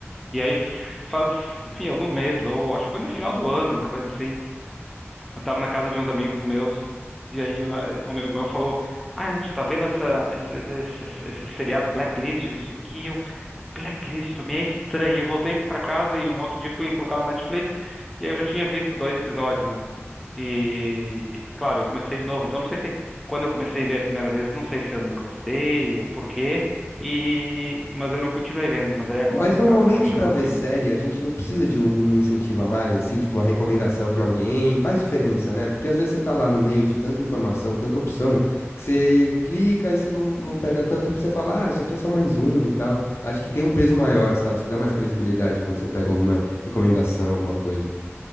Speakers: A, in the centre; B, on the left.
A: E aí, faz, enfim, alguns meses, ou acho que foi no final do ano, uma coisa assim. Eu tava na casa de uns amigos meus, e aí ah, um amigo meu falou: Ah, a gente tá vendo essa, esse, esse, esse seriado Blacklist, não sei o que. Eu, Blacklist, me é estranho. Eu voltei pra casa e um outro dia fui colocar no Netflix, e aí eu já tinha visto dois episódios, né? E, claro, eu comecei de novo. Então, não sei se quando eu comecei a ver a primeira vez, não sei se eu não gostei ou por quê. E, mas eu não continuei vendo. Mas aí agora,
B: Mas normalmente
A: cara, tô apaixonado
B: pra ver
A: pelo.
B: série, a gente não precisa de algum incentivo a mais, assim, tipo uma recomendação de alguém, faz diferença, né? Porque às vezes você tá lá no meio de tanta informação, tanta opção, que você clica e você não, não pega tanto porque você fala, ah, isso aqui é só mais um e tal. Acho que tem um peso maior, sabe? Você dá mais credibilidade quando você pega alguma recomendação, alguma coisa.